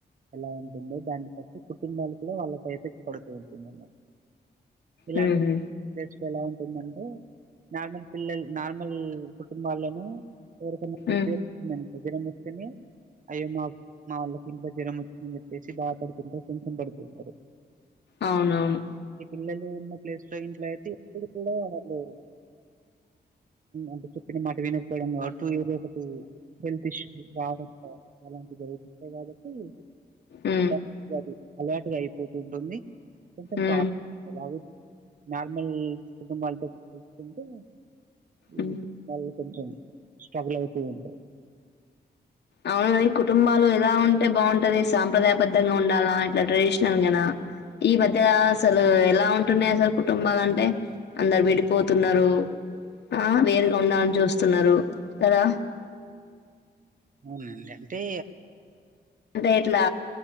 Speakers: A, on the right (about 50°); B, on the left (about 75°).
A: ఎలా ఉంటుందో దాన్ని పట్టి కుటుంబాల కూడా వాళ్ళపై ఎఫెక్ట్ పడుతూ ఉంటుంది అనమా ఇలాంటి
B: ఉహు
A: ప్లేస్లో ఎలా ఉంటుందంటే నార్మల్ పిల్లలు నార్మల్ కుటుంబాల్లను ఎవరికైన <unintelligible>
B: ఉ
A: వచ్చిందనుకో జ్వరం వస్తనే అయ్యో మా మా వాళ్ళకి ఇంత జ్వరం వ చ్చిందని చెప్పేసి బాధ పడుతుంటరు, టెన్షన్ పడుతుంటరు.
B: అవునవును.
A: ఈ పిల్లలు ఉన్న ప్లేస్లో ఇంట్లో అయితే ఎప్పుడు కూడా వాళ్ళు అంటే చెప్పినా మాట వినకపోవడం కావచ్చు ఏదో ఒకటి హెల్త్ ఇష్యూ, బాధ అలాంటివి అయితుంటయి కాబట్టి
B: ఉ
A: <inaudible> అలటుగా అయిపోతు ఉంటుంది, కొంచెం
B: ఉ
A: థాట్ ఎలాగు నార్మల్ కుటుంబాలతో చూసుకుంటే ఈ
B: ఉ
A: కుటుంబాలలో కొంచెం స్ట్రగుల్ అయితూ ఉంటరు.
B: అవున కాని కుటుంబాలు ఎలా ఉంటే బావుంటది సాంప్రదాయబద్దంగా ఉండాల్నా ఇట్లా ట్రెడిషనల్గనా ఈ మధ్య అసలు ఎలా ఉంటున్నాయి అసలు కుటుంబాలు అంటే. అందరు విడిపోతున్నరు, ఆ వేరుగా ఉండాలని చూస్తున్నరు కదా.
A: అవునండి అంటే
B: అంటే ఇట్లా